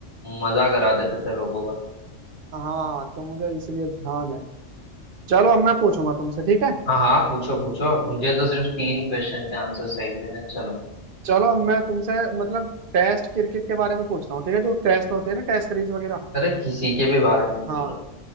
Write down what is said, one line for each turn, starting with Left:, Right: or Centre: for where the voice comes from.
Left: मजा करा देते थे लोगों का
Right: हाँ तो मुझे इसलिए ध्यान है चलो अब मैं पूछूंगा तुमसे ठीक है
Left: हाँ हाँ पूछो पूछो मुझे तो सिर्फ तीन क्वेश्चन के आंसर सही देने हैं। चलो
Right: चलो अब मैं तुमसे मतलब टेस्ट क्रिकेट के बारे में पूछता हूँ ठीक है जो टेस्ट होते हैं ना टेस्ट सीरीज वगैरह
Left: अरे किसी के भी बारे में पूछ
Right: हाँ
Left: लो